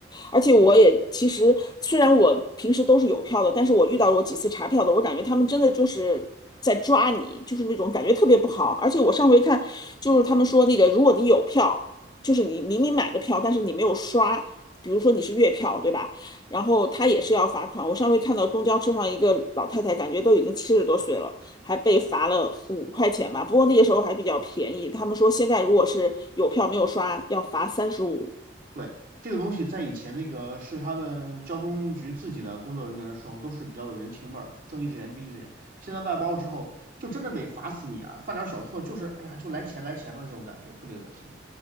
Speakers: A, on the left; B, on the right.
A: 而且我也其实虽然我平时都是有票的，但是我遇到过几次查票的，我感觉他们真的就是。在抓你，就是那种感觉特别不好。而且我上回看，就是他们说那个，如果你有票，就是你明明买的票，但是你没有刷，比如说你是月票，对吧？然后他也是要罚款。我上回看到公交车上一个老太太，感觉都已经七十多岁了，还被罚了五块钱吧。不过那个时候还比较便宜，他们说现在如果是有票没有刷，要罚三十五。
B: 对，这个东西在以前那个是他们交通局自己的工作人员的时候，都是比较有人情味儿，睁一只眼闭一只眼。现在外包之后，就真的得罚死你啊！犯点小错就是，哎呀，就来钱来钱的这种感觉，特别恶心。